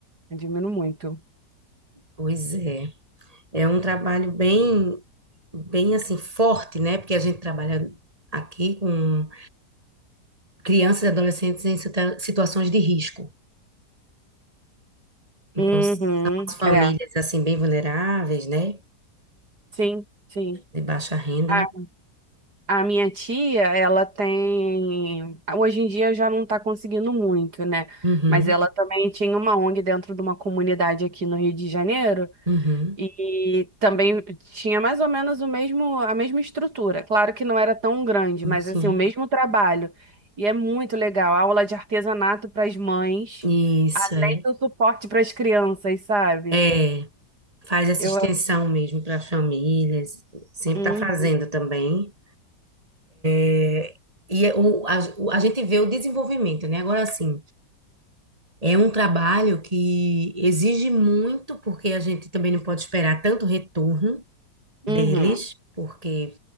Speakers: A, on the right; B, on the right.
A: Admiro muito.
B: pois é. É um trabalho bem, bem assim, forte, né? Porque a gente trabalha aqui com crianças e adolescentes em situa- situações de risco. Então,
A: Uhum,
B: são as famílias,
A: é,
B: assim, bem vulneráveis, né?
A: sim, sim.
B: De baixa renda.
A: A, a minha tia, ela tem. Hoje em dia já não tá conseguindo muito, né?
B: Uhum,
A: Mas ela também tinha uma ONG dentro de uma comunidade aqui no Rio de Janeiro.
B: uhum,
A: E também tinha mais ou menos o mesmo, a mesma estrutura. Claro que não era tão grande,
B: hum,
A: mas
B: sim.
A: assim, o mesmo trabalho. E é muito legal. Aula de artesanato para as mães,
B: Isso,
A: além
B: é.
A: do suporte para as crianças, sabe?
B: É, faz essa
A: Eu.
B: extensão mesmo para as famílias. Sempre
A: Hum,
B: está fazendo também. É, E é o, a, o- a gente vê o desenvolvimento, né? Agora, assim, É um trabalho que exige muito, porque a gente também não pode esperar tanto retorno deles,
A: uhum.
B: porque